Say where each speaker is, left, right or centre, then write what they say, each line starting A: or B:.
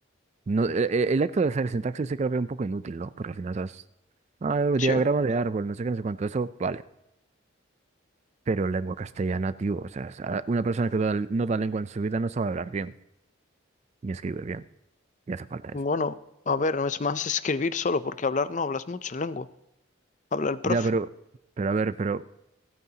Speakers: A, on the right (about 30°); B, on the left (about 35°).
A: No, e- e- el, acto de hacer sintaxis sí creo que es un poco inútil, ¿no? Porque al final sabes, ah,
B: Sí.
A: diagrama de árbol, no sé qué, no sé cuánto, eso, vale. Pero lengua castellana, tío, o sea, o sea, una persona que no da no da lengua en su vida no sabe hablar bien ni escribir bien, y hace falta eso.
B: Bueno, a ver, no es más escribir solo, porque hablar no hablas mucho en lengua. Habla el profe.
A: Ya, pero, pero a ver, pero